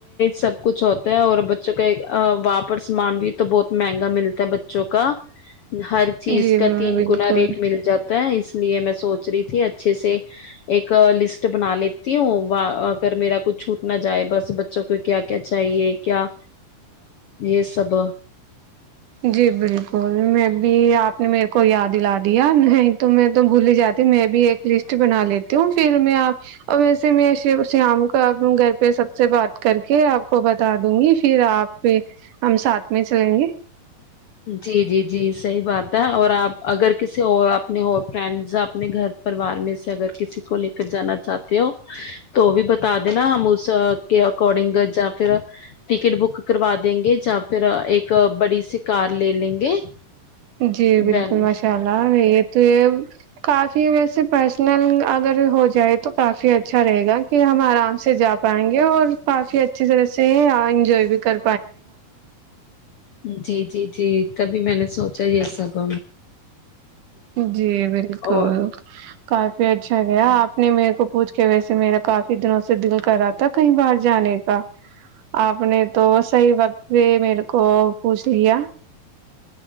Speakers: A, on the left; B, on the right.
A: سب کچھ ہوتا ہے اور بچوں کا وہا پر سامان بھی تو بہت مہنگا ملتا ہے بچوں کا ہر
B: ہے
A: چیز
B: جی
A: کا
B: میں
A: تین
B: بالکل
A: گنا ریٹ مل جاتا ہے اس اس لیے میں سوچ رہی تھی اچھے سے ایک لسٹ بنا لیتی ہوں اگر میرا کچھ چھوٹ نہ جائے بس بچوں کو کیا کیا چاہیے کیا یہ سب
B: جی بالکل میں ابھی اپ نے میرے کو یاد دیا نہیں تو میں تو بھول ہی جاتی میں بھی ایک لسٹ بنا لیتی ہوں پھر میں اور ویسے میں اسے ام کر دوں گھر پہ سب سے بات کر کے اپ کو بتا دوں گی پھر اپ ہم ساتھ میں چلیں گے
A: جی جی جی صحیح بات ہے اور آپ اگر کسی اور اپنے فرینڈ اپنے گھر پرریوار میں سے اگر کسی کو لے کر جانا چاہتے ہو تو بھی بتا دینا ہم اس کے اکارڈنگ جیا پھر ٹکٹ بک کروا دیں گے یا پھر ایک بڑی سی کار لے لیں گے <unintelligible>
B: جی بالکل
A: وین
B: ماشاء اللہ یہ تو یہ <unintelligible> کافی ویسے پرسنل اگر ہو جائے تو کافی اچھا رہے گا کہ ہم آرام سے جا پائیں گے اور کافی اچھی طرح سے انجوائے بھی کر
A: جی جی جی تبھی میں نے سوچا یہ سب
B: جی بالکل
A: اور
B: کافی اچھا کیا آپ نے میرے کو <unintelligible> پوچھ کے ویسے میرا کافی دنوں سے دل کرا تھا کہیں باہر جانے کا <unintelligible> آپ نے تو صحیح وقت <unintelligible> و میرے کو پوچھ لیا <unintelligible>